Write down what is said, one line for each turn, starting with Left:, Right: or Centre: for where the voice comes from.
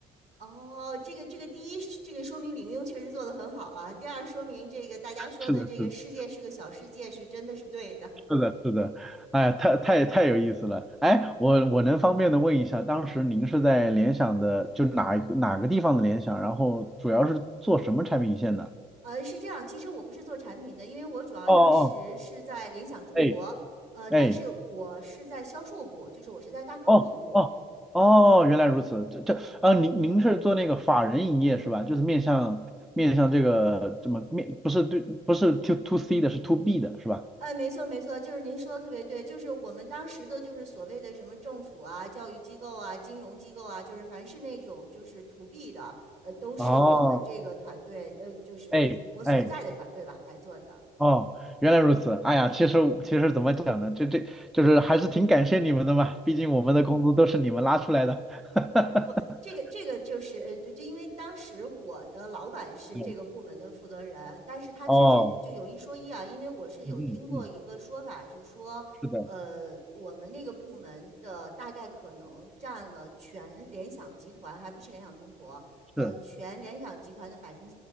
Right: 哦，这个这个，第一，这个说明玲英确实做得很好啊。第二，说明这个大家说的这个世界是个小世界是真的是对的。
Centre: 是的，是的。是的，是的，哎呀，太太太有意思了。哎，我我能方便的问一下，当时您是在联想的，就哪一个哪个地方的联想，然后主要是做什么产品线的？
Right: 呃，是这样，其实我不是做产品的，因为我主要当时是在联想中国，
Centre: 哦哦，哦，哎
Right: 呃，但是我是在销售部，
Centre: 哎，
Right: 就是我是在大客户部。
Centre: 哦哦哦，原来如此。这这啊，您您是做那个法人营业是吧？就是面向面向这个怎么面，不是对，不是 to to C 的，是 to B 的是吧？
Right: 哎，没错没错，就是您说的特别对，就是我们当时的，就是所谓的什么政府啊、教育机构啊、金融机构啊，就是凡是那种就是 to B 的，呃，都是我们这个团队，
Centre: 哦，
Right: 呃，就是就是我所在的团队吧来做的。
Centre: 哎哎。哦，原来如此。哎呀，其实其实怎么讲呢？就这就是还是挺感谢你们的嘛，毕竟我们的工资都是你们拉出来的。<laughs>
Right: 不，这个这个就是呃，就就因为当时我的老板是这个部门的负责人，
Centre: 嗯
Right: 但是他确实就有一说一啊，
Centre: 哦，
Right: 因为我是有听过一个说法是说，
Centre: 嗯嗯嗯，是的，
Right: 呃，我们那个部门的大概可能占了全联想集团，还不是联想中国，呃，
Centre: 是，
Right: 全联想集团的百分